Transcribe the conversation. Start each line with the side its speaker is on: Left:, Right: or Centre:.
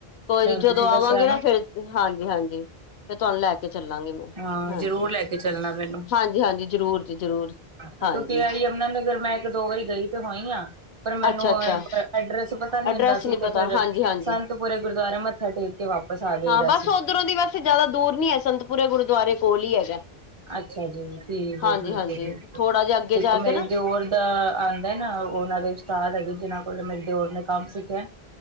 Left: ਕੋਈ ਨੀ ਜਦੋਂ
Right: ਤੁਸੀਂ
Left: ਆਵਾਂਗੇ
Right: ਦੱਸਿਆ
Left: ਨਾ ਫਿਰ ਹਾਂਜੀ-ਹਾਂਜੀ। ਫੇਰ ਤੁਹਾਨੂੰ ਲੈ ਕੇ ਚੱਲਾਂਗੇ ਮੈਂ
Right: ਹਾਂ
Left: ਹਾਂਜੀ-ਹਾਂਜੀ
Right: ਜ਼ਰੂਰ ਲੈ ਕੇ ਚੱਲਣਾ ਮੈਨੂੰ
Left: ਹਾਂਜੀ ਜ਼ਰੂਰ ਜੀ ਜ਼ਰੂਰ।
Right: ਕਿਉਂਕਿ
Left: ਹਾਂਜੀ
Right: ਇਹ ਯਮੁਨਾ ਨਗਰ ਮੈਂ ਇਕ ਦੋ ਵਾਰੀ ਮੈਂ ਇੱਕ ਦੋ ਵਾਰੀ ਗਈ ਤੇ ਹੋਈ ਆਂ। ਪਰ ਮੈਨੂੰ
Left: ਅੱਛਾ ਅੱਛਾ
Right: ਐਡਰਸ ਪਤਾ ਨੀ
Left: ਅਡਰੈਸ
Right: ਹੁੰਦਾ ਸੀ ਤੇ
Left: ਪਤਾ
Right: ਫਿਰ
Left: ਹਾਂਜੀ ਹਾਂਜੀ
Right: ਸੰਤਪੁਰ ਗੁਰਦੁਆਰੇ ਮੱਥਾ ਟੇਕ ਕੇ ਵਾਪਸ ਆ ਜਾਈਦਾ
Left: ਹਾਂ ਬਸ
Right: ਸੀ
Left: ਉੱਧਰੋਂ ਦੀ ਵੈਸੇ ਜਾਦਾ ਦੂਰ ਨੀ ਹੈ ਸੰਤਪੁਰੇ ਗੁਰਦੁਆਰੇ ਕੋਲ ਹੀ ਹੈਗਾ।
Right: ਅੱਛਾ ਜੀ ਠੀਕ
Left: ਹਾਂਜੀ
Right: ਹੈ-ਠੀਕ
Left: ਹਾਂਜੀ
Right: ਹੈ, ਠੀਕ
Left: ਥੋੜਾ
Right: ਹੈ
Left: ਜਿਹਾ ਅੱਗੇ
Right: ਇੱਕ
Left: ਜਾ
Right: ਮੇਰੇ
Left: ਕੇ ਨਾ
Right: ਦਿਓਰ ਦਾ ਨਾ ਉਹ ਉਹਨਾਂ ਦੇ ਉਸਤਾਦ ਹੈਗੇ ਜਿਹਨਾਂ ਕੋਲ ਮੇਰੇ ਦਿਓਰ ਨੇ ਕੰਮ ਸਿੱਖਿਆ